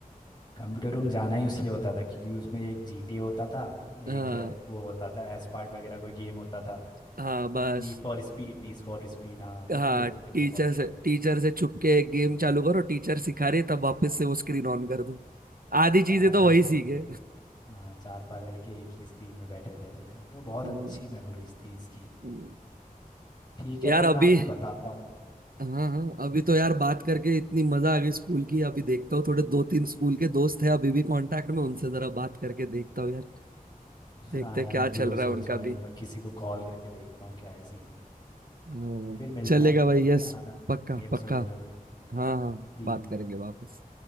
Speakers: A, on the left; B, on the right.
A: कंप्यूटर रूम जाना ही उसलिए होता था क्योंकि उसमें एक जीटीए होता था
B: हाँ
A: एक अ, वो होता था एसपार्ट वगैरह कोई गेम होता था
B: हाँ बस
A: Need for Speed Need for Speed हाँ वो
B: हाँ
A: खेलते थे
B: टीचर
A: बहुत सारा
B: से टीचर से छुप के एक गेम
A: हम्म,
B: चालू करो टीचर सिखा रही है, तब वापस से वो स्क्रीन ऑन कर दो आधी चीजें
A: चार
B: तो
A: पांच
B: वही सीखे
A: लड़के हाँ चार पांच लड़के एक ही स्क्रीन में बैठे रहते थे तो बहुत
B: हम्म,
A: अच्छी मेमोरीज थी इसकी
B: हम्म।
A: ठीक है
B: यार
A: फिर
B: अभी
A: मैं आपको बताता हूँ
B: हाँ हाँ अभी तो यार बात करके इतनी मजा आ गई स्कूल की अभी देखता हूँ थोड़े दो तीन स्कूल के दोस्त हैं अभी भी कांटेक्ट में उनसे जरा बात करके देखता हूँ यार देखते
A: हाँ यार
B: हैं क्या
A: मैं भी
B: चल
A: वही
B: रहा
A: सोच
B: है उनका
A: रहा हूँ एक
B: भी
A: बार
B: <laughs>
A: किसी को कॉल करके देखता हूँ क्या है सीन
B: हम्म,
A: फिर मिलते
B: चलेगा
A: हैं फिर
B: भाई
A: कभी
B: यस
A: आना
B: पक्का
A: गेम्स
B: पक्का
A: वगैरह में
B: हाँ हाँ
A: ठीक
B: बात करेंगे
A: है
B: वापस